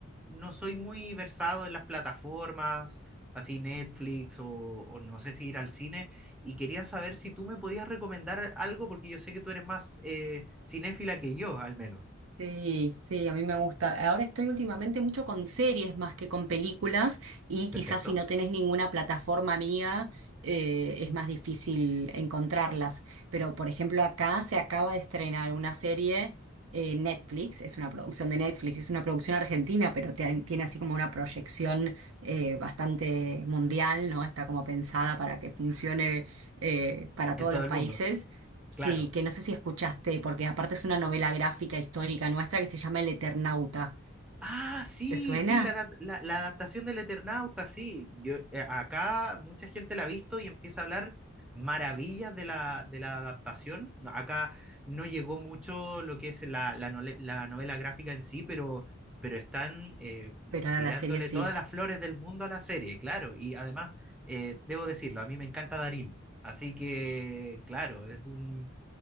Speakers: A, in the centre; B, on the right.
A: no soy muy versado en las plataformas, así Netflix o, o no sé si ir al cine, y quería saber si tú me podías recomendar algo, porque yo sé que tú eres más eh, cinéfila que yo, al menos.
B: Sí, sí, a mí me gusta. Ahora estoy últimamente mucho con series más que con películas y quizás
A: Perfecto.
B: si no tenés ninguna plataforma mía eh, es más difícil encontrarlas. Pero por ejemplo acá se acaba de estrenar una serie eh, Netflix, es una producción de Netflix, es una producción argentina, pero te- tiene así como una proyección eh, bastante mundial, ¿no? Está como pensada para que funcione eh, para todos
A: En todo
B: los
A: el
B: países
A: mundo,
B: Sí,
A: claro.
B: que no sé si escuchaste, porque aparte es una novela gráfica histórica nuestra que se llama El Eternauta.
A: Ah, sí,
B: ¿Te suena?
A: sí, la, adap- la- la adaptación del Eternauta, sí. Yo, eh, acá mucha gente la ha visto y empieza a hablar maravillas de la, de la adaptación. No, Acá no llegó mucho lo que es la, la nole- la novela gráfica en sí, pero, pero están eh,
B: Pero ahora
A: tirándole
B: la serie sí.
A: todas las flores del mundo a la serie, claro. Y además, eh, debo decirlo, a mí me encanta Darín. Así que, claro, es un,